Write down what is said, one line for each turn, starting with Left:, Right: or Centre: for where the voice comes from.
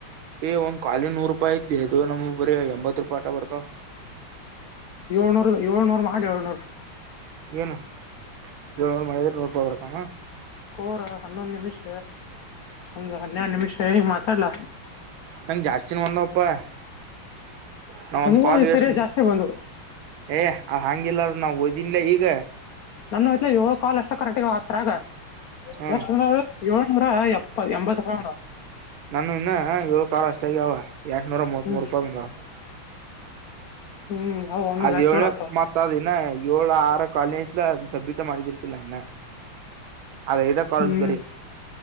Right: ಏ್ ಒಂದ್ ಕಖಾಲಿ ನೂರು ರೂಪಾಯಿ ಐತ್ಲಿ ಅದು ನಮ್ಗ್ ಬರಿ ಎಂಬತ್ ರೂಪಾಯಿ ಆಟ ಬರ್ತ
Left: ಏಳ್ನೂರು ಏಳ್ನೂರು ಮಾಡಿ ಏಳ್ನೂರು
Right: ಏನು ಇ ಮ ನೂಪರ್ಕಾಮ <unintelligible>
Left: ಸ್ಕೋರ್ ಹನ್ನೊಂದು ನಿಮಿಷ ಒಂದ ಹನ್ನೆಡು ನಿಮಿಷ ಹ ಮಾತಾಡ್ಲ
Right: ನಂ ಜಾಸ್ತಿನ ಒಂದವಪ್ಪಾ ನಾ
Left: ನಮಗೂ
Right: ಒಂದು ಕಾಲು
Left: ಈ
Right: ವಸ್
Left: ಸರಿ ಜಾಸ್ತಿ ಬಂದವು
Right: ಏ ಅದ ಹಂಗಿಲ್ಲಾರ ನಾವ್ ಓದನ್ಲ ಈಗ
Left: ನಾನು ಯ್ಲ ಏಳು ಕಾಲ್ ಅಷ್ಟು ಕರೆಕ್ಟಗ ಹತಗ
Right: ಹ್ಮ
Left: ಎಷ್ಟು ಏಳ್ನೂರ ಪ್ಪ ಎಂಬತ್ತು ರೂಪಂದಾ
Right: ನಾನು ಇನ್ನು ಏಳ ಕಾ ಅಷ್ಟ ಆಗ್ಯ ಅವಾವ ಎಟ್ನೂರ ಮೂವತ್
Left: ಹ್ಮ್
Right: ಮೂೂರು ರೂಪಾಯ ಬಂದಾವ
Left: ಹ್ಮ್ ಅವ್ ಒಂದೊಂದ್
Right: ಅದ್
Left: ಹತ್ತು
Right: ಏಳ್ನ
Left: ಸಾವಿರ ಆತಾವ
Right: ಮತ್ತ ಅದಿನ ಏಳು ಆರ ಕಾಲೇಜ್ ಸಬ್ಮಿಟ ಮಾಡಿದಿಕ್ಕಿಲ್ಲನ್ನ ಅದ ಇದ ಕಾಲಲ್
Left: ಹ್ಮ್
Right: ಬರಿ